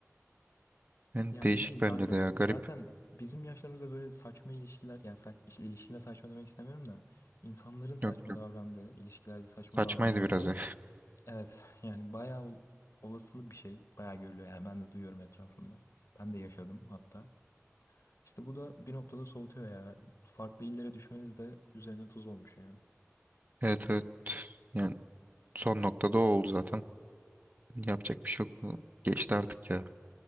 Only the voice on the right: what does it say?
Yani
değişik
bence
de ya garip.
Yok yok.
Saçmaydı
biraz ya.
<laughs> Evet evet. Yani son noktada o oldu zaten. Yapacak bir şey yok. Bu Geçti artık ya.